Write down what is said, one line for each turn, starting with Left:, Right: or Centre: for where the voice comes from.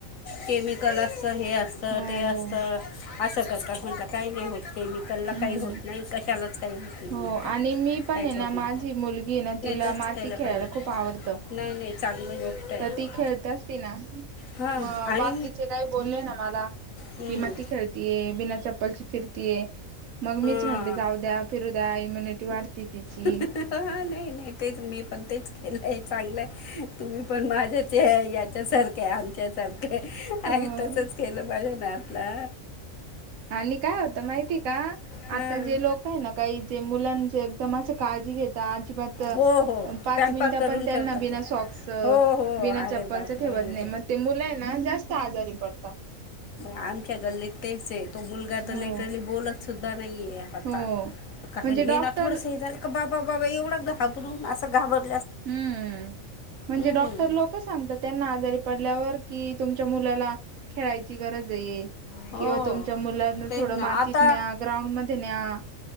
Left: केमिकल असत, हे असत,
Right: हो
Left: ते असत,
Right: हो
Left: असं करतात, म्हटलं काही नाही होत. त्यांना
Right: हम्म
Left: काही होत नाही, कशालाच काही होत नाही,
Right: हो
Left: मधलं
Right: आणि मी पण
Left: काहीच
Right: आहे ना
Left: होत
Right: माझी
Left: नाही.
Right: मुलगी आहे ना तिला
Left: तसंच
Right: माती
Left: केलं
Right: खेळायला
Left: पाहिजे
Right: खूप आवडतं.
Left: नाही नाही चांगली गोष्ट आहे
Right: तर ती खेळत असती ना
Left: हां
Right: मग
Left: आणि
Right: बाकीचे काही बोलले ना मला
Left: हम्म,
Right: की माती खेळतीये बिना चप लची फिरतीये मग
Left: हां
Right: मीच म्हणते जाऊ द्या फिरू द्या इम्युनिटी वाढते. तिची
Left: अं अहहह हा नाही नाही ते च मी पण तेच केलंय चांगलंय तुम्ही... पण माझ्या ते याच्यासारखे आमच्यासारखे आणिही
Right: अ
Left: तसंच केलं माझ्या त्यातला.
Right: आणि काय होतं माहिती का,
Left: हां
Right: आता जे लोक आहे ना काही जे मुलां एकदम अस काळजी घेतात. पत
Left: हो हो
Right: पाच
Left: पॅम्पर
Right: मिनट
Left: करून
Right: पण त्यांना
Left: ठेवतात
Right: बिना
Left: ते
Right: सॉक्सच
Left: हो हो
Right: बिना
Left: अरे
Right: चप्पलचं
Left: बापरे
Right: ठेवत नाही. मग ते मुलं हे ना जास्त आजारी पडतात.
Left: आमच्या गल्लीत तेच हे तो मुलगा तर
Right: हो
Left: लिटरली बोलत सुद्धा नाहीये. आता
Right: हो
Left: कारण
Right: म्हणजे
Left: हे
Right: डॉक्टर
Left: ना थोडस हे झालं का बाबा बाबा एवढा घाबरून असं घाबर.
Right: हम्म, म्हणजे
Left: हम्म
Right: डॉक्टर लोक सांगतात त्यांना आजारी पडल्यावर कि, तुमच्या मुलाला खेळाय गरज हे
Left: हो
Right: किंवा तुमच्या मुलांना
Left: तेच
Right: थोड
Left: ना
Right: मातीत
Left: आता
Right: न्या ग्राउंड मध्ये न्या.